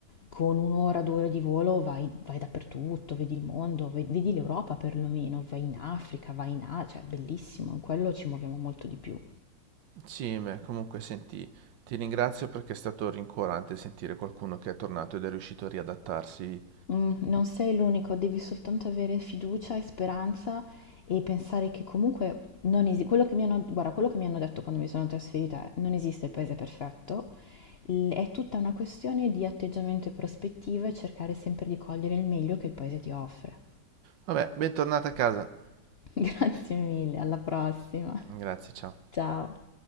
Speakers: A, on the left; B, on the right.
A: con un'ora, due ore di volo vai, vai dappertutto, vedi il mondo, ve- vedi l'Europa perlomeno, vai in Africa, vai in Asia, cioè è bellissimo, in quello ci muoviamo molto di più.
B: Sì, beh, comunque senti, ti ringrazio perché è stato rincuorante sentire qualcuno che è tornato ed è riuscito a riadattarsi.
A: Mh, non sei l'unico, devi soltanto avere fiducia e speranza e pensare che comunque non esi quello che mi hanno guarda, quello che mi hanno detto quando mi sono trasferita è: "Non esiste il paese perfetto", l è tutta una questione di atteggiamento e prospettiva e cercare sempre di cogliere il meglio che il paese ti offre.
B: Vabbè, bentornata a casa.
A: <laughs> Grazie mille, alla prossima.
B: Grazie, ciao.
A: Ciao.